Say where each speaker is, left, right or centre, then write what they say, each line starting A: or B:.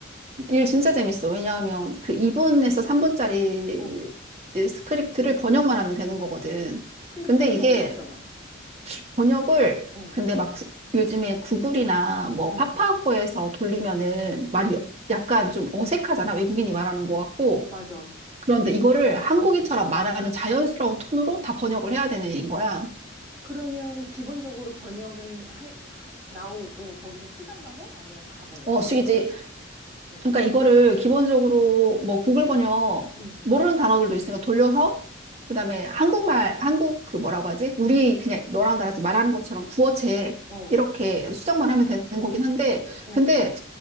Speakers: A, on the right; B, on the right.
A: 일 진짜 재밌어. 왜냐하면 그 2분에서 3분짜리
B: 어.
A: 스크립트를 번역만 하면 되는 거거든.
B: 근데
A: 근데
B: 번역
A: 이게
B: 어렵잖아.
A: 번역을
B: 어,
A: 근데 막 구- 요즘에 구글이나 뭐
B: 응,
A: 파파고에서 돌리면은 말이
B: 응,
A: 약간 좀 어색하잖아. 외국인이 말하는 것 같고.
B: 맞아.
A: 그런데 이거를 한국인처럼
B: 어.
A: 말하는 자연스러운 톤으로 다 번역을 해야 되는 일인 거야.
B: 그러면 기본적으로 번역은 하, 하- 나오고 거기서 수정만 해? 아니면 다 번역도
A: 어, 숙이지.
B: 해? 응,
A: 그러니까 이거를 기본적으로 뭐 구글
B: 응,
A: 번역
B: 응.
A: 모르는 단어들도 있으니까 돌려서 그다음에 한국말 한국 그 뭐라고 하지? 우리 그냥 너랑 나랑 지금 말하는 것처럼 구어체
B: 어, 어,
A: 이렇게 수정만 하면 되는 거긴 한데
B: 어,
A: 근데